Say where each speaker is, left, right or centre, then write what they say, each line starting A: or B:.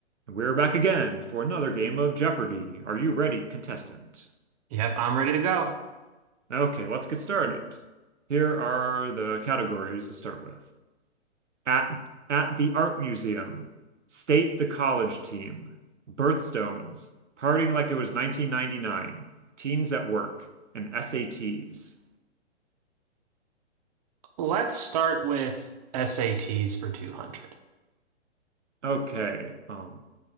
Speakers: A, on the right; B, on the right.
A: We're back again for another game of Jeopardy! Are you ready, contestant?
B: Yep, I'm ready to go.
A: Okay, let's get started. Here are the categories to start with. At at the art museum, state the college team, birthstones, partying like it was 1999, teens at work, and SATs.
B: Let's start with SATs for 200.
A: Okay, um,